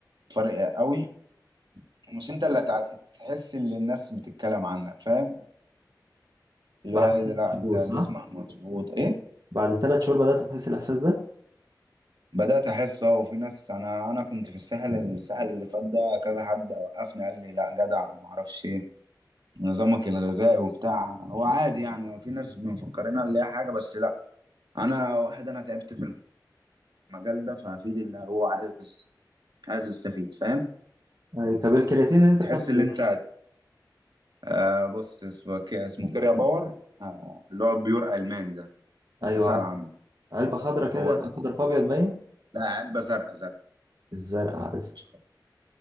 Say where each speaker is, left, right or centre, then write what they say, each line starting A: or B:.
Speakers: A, on the right; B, on the right.
A: بفرق قوي ومش انت اللي هتع- هتحس اللي الناس بتتكلم عنك فاهم اللي
B: بعد
A: هو
B: ثلاث
A: ايه ده، لا
B: شهور
A: انت جسمك
B: صح
A: مظبوط ايه
B: بعد ثلاث شهور بدات تحس الاحساس ده
A: بدأت احس اه وفي ناس انا انا كنت في الساحل الساحل اللي فات ده كذا حد وقفني قال لي لا جدع ما اعرفش ايه نظامك الغذائي وبتاع هو عادي يعني في ناس مفكرينها اللي هي حاجه بس لا انا واحد انا تعبت في المجال ده فهفيد اللي هو عايز عايز استفيد فاهم
B: ايوه طب الكرياتين اللي انت
A: تحس
B: بتاخده
A: ان
B: ايه
A: انت آه بص اسمه ك- اسمه كيريا باور آه اللي هو بيور ألماني ده
B: ايوه
A: اسأل
B: عارف
A: عنه
B: علبه خضرا كده
A: هو ده
B: خضرا في ابيض باين
A: لا علبة زرقاء زرقاء
B: الزرق عارف
A: مش خط